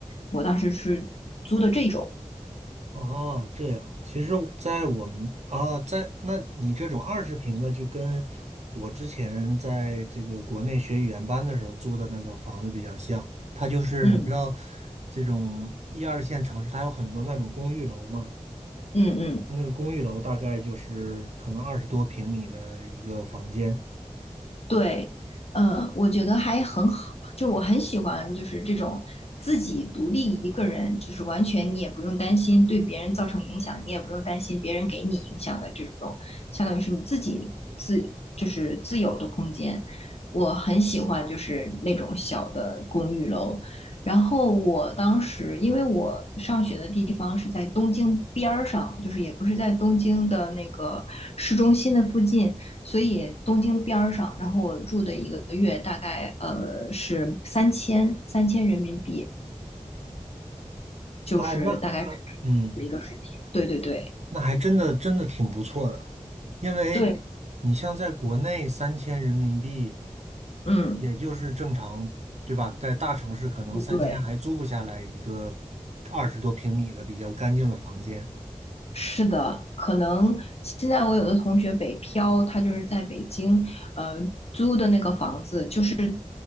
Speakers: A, on the left; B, on the right.
A: 我当时是租的这种，
B: 哦，这样，其实，在我们啊，在那你这种二十平的，就跟我之前在这个国内学语言班的时候租的那个房子比较像。它就是你知道，
A: 嗯
B: 这种一二线城市，它有很多那种公寓楼嘛，
A: 嗯嗯
B: 那个公寓楼大概就是可能二十多平米的一个房间。
A: 对，嗯，我觉得还很好，就我很喜欢，就是这种自己独立一个人，就是完全你也不用担心对别人造成影响，你也不用担心别人给你影响的这种，相当于是你自己自就是自有的空间。我很喜欢就是那种小的公寓楼。然后我当时，因为我上学的地方是在东京边儿上，就是也不是在东京的那个市中心的附近，所以东京边上，然后我住的一个月大概呃是三千三千人民币，就是大概是
B: 好，那那嗯，
A: 一个水平。对对对
B: 那还真的真的挺不错的，因为你像在国内三千人民币。
A: 对，嗯，
B: 也就是正常，对吧？在大城市可能三千还租不下来一个二十多平米的比较干净的房间。
A: 对。是的，可能现在我有的同学北漂，他就是在北京，呃，租的那个房子，就是